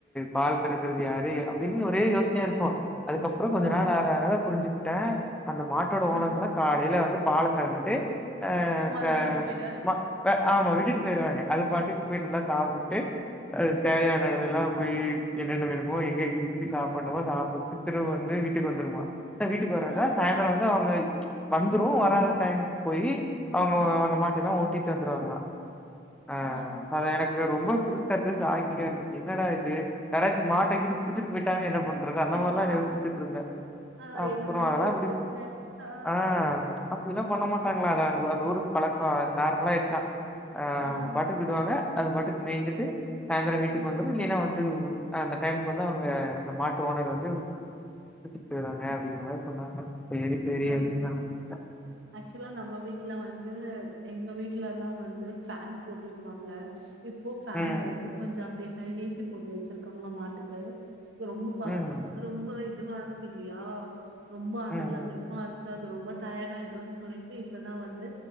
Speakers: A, in the centre; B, on the right.
A: பால் கறக்கறது யாரு அப்படின்னு ஒரே யோசனையா இருக்கும் அதுக்கப்புறம் கொஞ்சம்
B: ஆ
A: நாள் ஆக ஆகதா புரிஞ்சு த அந்த மாட்டோட
B: ஆ
A: ஓனர்க்கலாம் காலையில வந்து பால கரந்துட்டு ஆஹ
B: மறுபடியு
A: த
B: வுட்டு போயிட்டாரு
A: ம ப ஆமா விட்டுட்டு போயிருவாங்க அது பாட்டுக்கு போய் நல்லா சாப்பிட்டு அது தேவையான இதுல்லாம் போய் என்னென்ன வேணுமோ எங்க எங்க சுத்தி சாப்ணுமோ சாப்பிட்டு திரும்ப வந்து வீட்டுக்கு வந்துடுமா வீட்டுக்கு வராதா
B: ஆ
A: சாயந்தரம் வந்து அவுங்க வந்துரும் வராத டைமுக்கு போய் அவுங்க அந்த மாட்டலாம் ஓட்டிட்டு வந்துருவாங்களாம் ஆஹ
B: ஆ
A: அத எனக்கு ரொம்ப புதுசா ஆங்க இருந்துச்சு என்னடா இது யாராச்சி மாட்டை கீட்டு புடிச்சிட்டு போயிட்டாங்கனா என்ன பண்றது அந்த
B: புடிச்சு
A: மாறியெல்லாம்
B: ஆ
A: பேசிச்சிட்டு இருந்தேன்
B: ஆ
A: அப்புறம்
B: என்ன மாரி
A: அதெல்லாம்
B: யோசிச்சிருக்க
A: அப்டி
B: ஆ
A: ஆஹ அப்டினா இதல்லாம் பண்ண
B: ம்
A: மாட்டாங்களா அங்க இந்த ஊரு பழக்கம் நார்மலா இதுத்தான் ஆஹ்
B: ஆ
A: அவங்க பாட்டுக்கு விடுவாங்க அது பாட்டுக்கு மேந்சுட்டு சாய்ந்தரம் வீட்டுக்கு
B: ஆ
A: வந்ததும் நேர வந்துரும் ம்ம் அந்த டைமுக்கு வந்து அவுங்க அந்த மாட்டு ஓனர் வந்து புடுச்சிட்டு போயிறாங்க அப்படிங்கிற மாரி சொன்னாங்க சேரி சேரி
B: அ
A: அது தான் வேற ஒன்னும் இல்ல
B: ஆக்சுவலா நம்ம வீட்டுல வந்து எங்க வீட்டுல எல்லாம் வந்து ஃபேன் போட்டு வைப்பாங்க இப்போ ஃபேன்ல
A: ம்,
B: வந்து கொஞ்சம் அப்டேட் ய ஏசி போட்டு வச்சிருக்காங்களாம் மாட்டுக்கு ரொம்ப பாசம்
A: ம், ம்,
B: ரொம்ப இதுவா இருக்கு இல்லையா ரொம்ப அனல்
A: ம்,
B: அதிகமா இருக்குது ரொம்ப டயர்டா இருக்கு இதோ சொல்லிட்டு இப்பதா வந்து